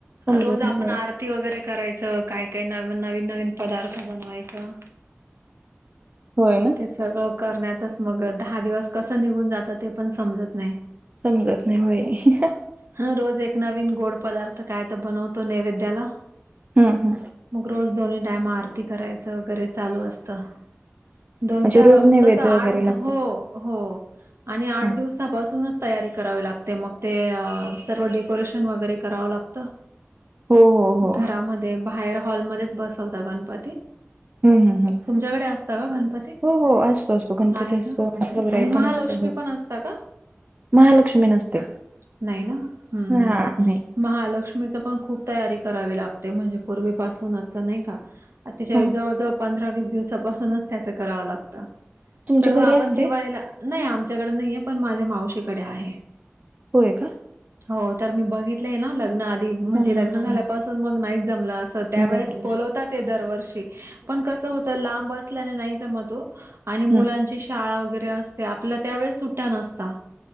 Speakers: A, on the right (about 35°); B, on the right (about 65°).
A: समजत
B: रोज
A: नाही
B: आपण
A: होय
B: आरती वगैरे करायचं काय काय नव नवीन नवीन पदार्थ बनवायचं.
A: होय ना
B: ते सगळं करण्यातच मग दहा दिवस कसं निघून जाता ते पण समजत नाही.
A: समजत नाही होय हा
B: हा रोज एक नवीन गोड पदार्थ. काय तर बनवतो नैवेद्याला,
A: हा
B: मग रोज दोन, टायम आरती करायचं वगैरे चालू असतं.
A: म्हणजे
B: दोनच्या
A: रोज नैवेद्य
B: तस आठ
A: वगैरे लागतो
B: हो हो, आणि आठ
A: हा
B: दिवसांपासूनच तयारी, करावी लागते, मग ते सर्व डेकोरेशन वगैरे करावं लागतं.
A: हो हो हो
B: घरामध्ये बाहेर हॉलमध्येच बसवता गणपती.
A: हम्म हम्म हम्म
B: तुमच्याकडे असता का गणपती?
A: हो हो असतो असतो गणपती
B: आहे
A: असतो
B: ना,
A: गौराई
B: आणि महालक्ष्मी
A: पण असते होय
B: पण असता का?
A: महालक्ष्मी नसते
B: नाही ना, हम्म
A: हा
B: हम्म
A: नाही
B: महालक्ष्मीच पण खूप, खूप तयारी करावी लागते. म्हणजे पूर्वीपासूनच नाही का, तिच्या
A: हा
B: जवळजवळ पंधरा वीस दिवसापासूनचं त्याचं करावं लागत.
A: तुमच्या
B: तर
A: घरी
B: आपण
A: असते
B: दिवाळीला नाही आमच्या कडे नाहीये पण माझ्या मावशीकडे आहे.
A: होय का,
B: हो, तर मी बघितलंय ना लग्ना म्हणजे
A: हा
B: लग्न
A: हा हा
B: झाल्यापासून
A: हा
B: मग नाहीच, जमलं अस त्यावेेळेस
A: जमलं
B: बोलवतात ते दरवर्षी. पण कसं होत लांब असल्याने नाही जमत हो, आणि
A: हम्म
B: मुलांची शाळा वगैरे असतं, आपल्या त्या वेळेस सुट्या नसता.